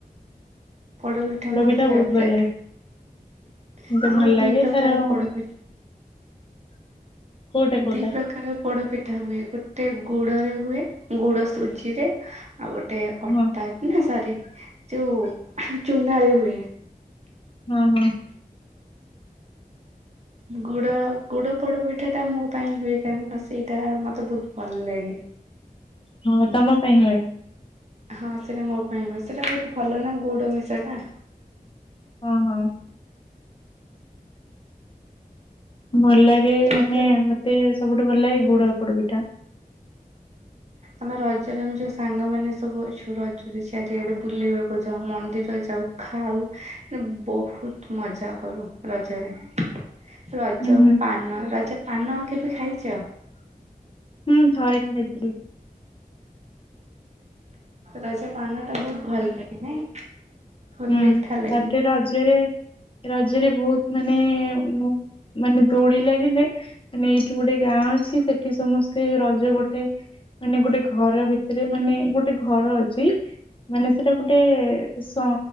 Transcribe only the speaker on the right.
ପୋଡ଼ପିଠା
ମୋର
ଫେବରାଇଟ୍।
ଆମର
ଦିଇ ପ୍ରକାର
ପୋଡ଼ପି
ଦି ପ୍ରକାର ପୋଡ ପିଠା ହୁଏ ଗୋଟେ ଗୁଡରେ ହୁଏ ଗୁଡ ସୁଜିରେ ଆଉ ଗୋଟେ ଅଟା
ନା ସରି ଯୋଉ ଚୂନାରେ ହୁଏ।
ଗୁଡ ଗୋଡ ପୋଡ ପିଠା ଟା ମୋ ପାଇଁ ହୁଏ କାହିଁକି ନା ସେଇଟା ମତେ ବହୁତ ଭଲ ଲାଗେ।
ହଁ ସେଇଟା ମୋ ପାଇଁ ହୁଏ ସେଇଟା ବହୁତ ଭଲ ନା ଗୁଡ ମିଶାଟା।
ରଜ
ଆମେ ରଜରେ ଆମେ ଯୋଉ ସାଙ୍ଗମାନେ ସବୁ ଅଛୁ, ରଜରେ ଚାରିଆଡେ ବୁଲିବାକୁ ଯାଉ, ମନ୍ଦିର ଯାଉ। ଖାଉ, ବହୁତ ମଜା କରୁ ରଜରେ। ରଜ
ପାନ, ରଜ ପାନ କେବେ ଖାଇଛ?
ରଜ ପାନ ଟା ବହୁତ ଭଲ ଲାଗେ ନାଇଁ! ବହୁତ
ମିଠା ଲାଗେ।